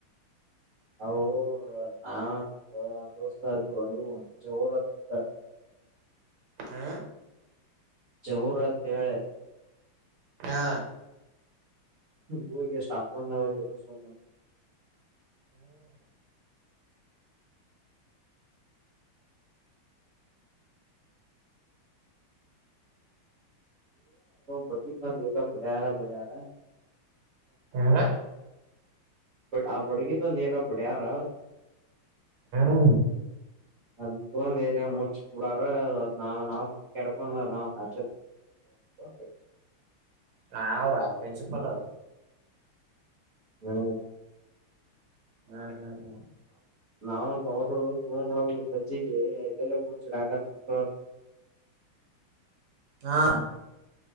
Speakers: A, on the right; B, on the right.
A: ಹ ಹಾ ದೋಸ್ತ ಪುರ ಅಯ್ಯೋ ಜೋರಗ್ತುತ್ತ
B: ಹ್ಮ
A: ಜಹುರತ್ಳೆ
B: ಹಾ
A: ಹ ಹೋಗಗೆಷ್ಟಾಪ್ರಂದ ಹಗೆ ಬ ಒ ಬತ ಬಡ್ಯಾರ ಬಡ್ಯಾರ
B: ಯಾರ
A: ಆ ಬಡಗಿ ತ ನೀಗ ಬಡ್ಯ ರ
B: ಹ
A: ಅದ ತ ಎ ಮುಚ್ಚಿಟ್ ಬಿಡಾರ ಅದ್ ನಾವ್ ನಾವ್ ಕೆರ್ಕೊಂಡ ನಾವ್ ಹ ಹ
B: ನಾ ಅವರಾಪ್ಪೆಸಪ್ಪಲ
A: ಹ್ಮ
B: ಹ್ಮ್ ಹ್ಮ್ ಹ್ಮ
A: ನಾವ್ ಅವರು ತುಗ ಗಜ್ಜಿಗೆ ಎಲ್ಲಲ್ಲ ಮುಚ್ಚಡ ಹಾಕತ್ ಬಿಟ
B: ಹಾ